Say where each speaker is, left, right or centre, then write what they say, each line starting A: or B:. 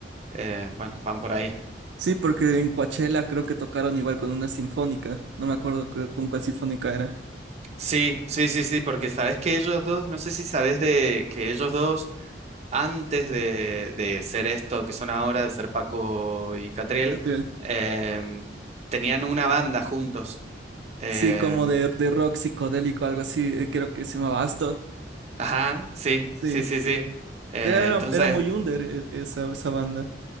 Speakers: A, on the right; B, on the right.
A: Eh, bueno, van por ahí.
B: Sí, porque en Coachella creo que tocaron igual con una sinfónica. No me acuerdo cu- con cuál sinfónica era.
A: Sí, sí, sí, sí, porque sabes que ellos dos, no sé si sabes de que ellos dos, antes de, de ser esto que son ahora, de ser Paco y Catriel,
B: Catriel.
A: em, tenían una banda juntos. Em,
B: Sí, como de, de rock psicodélico, algo así. eh, Creo que se llamaba Astor.
A: ajá, sí,
B: Sí.
A: sí, sí, sí. Eh,
B: Pero era,
A: entonces,
B: era muy under e- esa, esa banda.